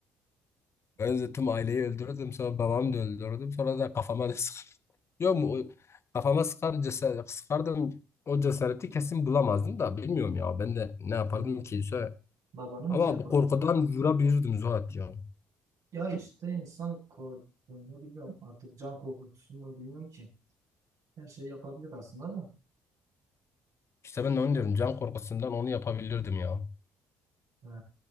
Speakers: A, on the left; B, on the right.
A: Öldüm aileyi öldürdüm sonra babamı da öldürdüm sonra da kafama da sıkardım. Yok mu o- kafama sıkar cesaret sıkardım o cesareti kesin bulamazdım da bilmiyorum ya ben de ne yapardım
B: Sen
A: ki Şöyle-
B: babanı mı
A: ama
B: şey yapardın?
A: bu korkudan vurabilirdim Zuhat ya.
B: Ya işte insan korkuyor. Bilmiyorum artık can korkutusu mu bilmiyorum ki. Her şey yapabilir aslında da.
A: İşte ben de onu diyorum can korkusundan onu yapabilirdim ya.
B: Ha,